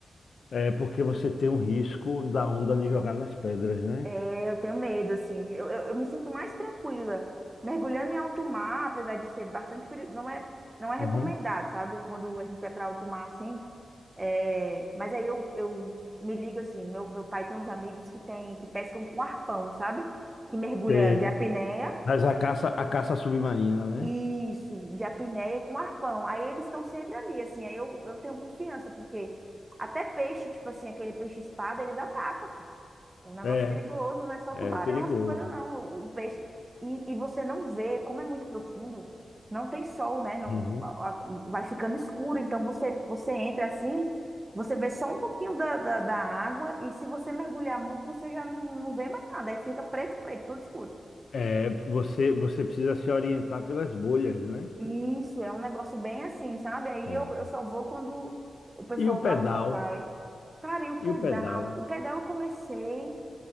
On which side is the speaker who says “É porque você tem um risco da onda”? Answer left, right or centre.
Left